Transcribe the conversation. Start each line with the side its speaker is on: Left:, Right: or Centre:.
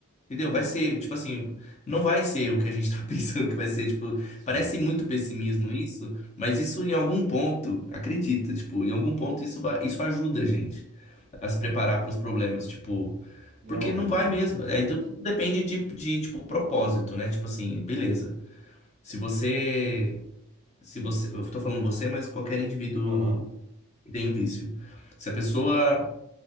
Left: Entendeu? Vai ser, tipo assim, não vai ser o que a gente tá <laughs> pensando que vai ser. Tipo,
Right: Sim.
Left: parece muito pessimismo isso, mas isso em algum ponto, acredita, tipo, em algum ponto isso vai, isso ajuda a gente. a se preparar para os problemas, tipo,
Right: Não,
Left: porque não vai mesmo. aí
Right: acredito.
Left: tudo depende de, de, tipo, propósito, né? Tipo assim, beleza. Se você, se você, eu tô falando você, mas qualquer indivíduo
Right: Aham,
Left: que tem um vício. Se a pessoa,